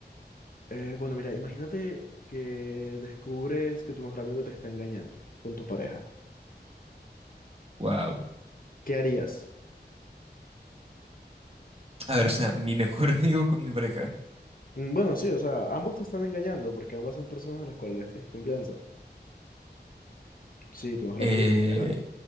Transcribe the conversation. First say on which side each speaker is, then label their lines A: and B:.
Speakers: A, on the left; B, on the right.
A: Eh, bueno, mira, imagínate que descubres que tu mejor amigo te está engañando con tu pareja.
B: Wow.
A: ¿Qué harías?
B: A ver, o sea, mi mejor <laughs> amigo con mi pareja.
A: Mm, Bueno, sí, o sea, ambos te están engañando porque ambas son personas a las cuales les tienes confianza. Sí, tu mejor
B: Eh,
A: amigo y tu pareja.